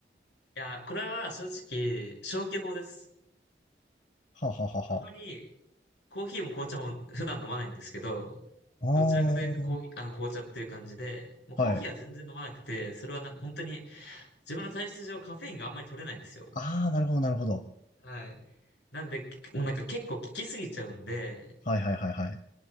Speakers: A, on the left; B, on the left.
A: いや、これは正直、消去法です。
B: あはあはあは
A: あまり、コーヒーも紅茶も普段飲まないんですけど、
B: あ。
A: どちらかというとコーヒー、あの紅茶っていう感じで、もうコーヒーは全然飲まなくて、
B: ああ、はい。
A: それはなんか本当に自分の体質上カフェインがあんまり取れないんですよ。
B: ああ、なるほど、なるほど。
A: はい。なんで、もうなんか結構効きすぎちゃうんで、
B: はいはいはいはい。